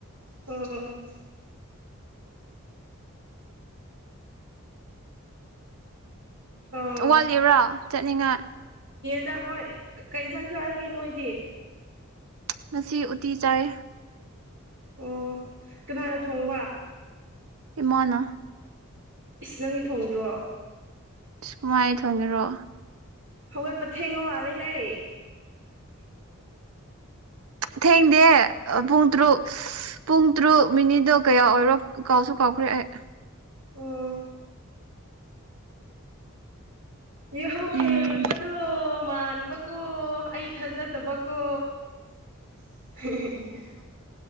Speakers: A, on the right; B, on the right.
A: ꯎꯝ ꯎꯝ ꯑꯣ
B: ꯋꯥꯠꯂꯤꯕ꯭ꯔꯥ ꯆꯠꯅꯤꯡꯉꯥꯏ
A: ꯗ ꯍꯣꯏ ꯀꯩ ꯏꯟꯁꯥꯡ ꯆꯥꯔꯒꯦ ꯅꯣꯏꯗꯤ
B: ꯉꯁꯤ ꯎꯇꯤ ꯆꯥꯏ
A: ꯑꯣ ꯀꯅꯥꯅ ꯊꯣꯡꯕ
B: ꯏꯃꯥꯅ
A: ꯏꯁ ꯅꯪꯗꯤ ꯊꯣꯡꯗ꯭ꯔꯣ
B: ꯁ ꯀꯃꯥꯏ ꯊꯣꯡꯉꯦꯔꯣ
A: ꯍꯧꯒꯠꯄ ꯊꯦꯡꯉ ꯃꯥꯂꯦ ꯍꯦ
B: ꯊꯦꯡꯗꯦ ꯄꯨꯨꯡ ꯇꯔꯨꯛ ꯄꯨꯡ ꯇꯔꯨꯛ ꯃꯤꯅꯤꯠꯗꯣ ꯀꯌꯥ ꯑꯣꯏꯔꯣ ꯀꯥꯎꯁꯨ ꯀꯥꯎꯈ꯭ꯔꯦ ꯑꯦ
A: ꯑꯣ ꯌꯥꯍꯧ ꯊꯦꯡꯕꯗꯣ
B: ꯎꯝ
A: ꯃꯥꯟꯕꯀꯣ ꯑꯩ ꯊꯥꯖꯗꯕꯀꯣ <inaudible>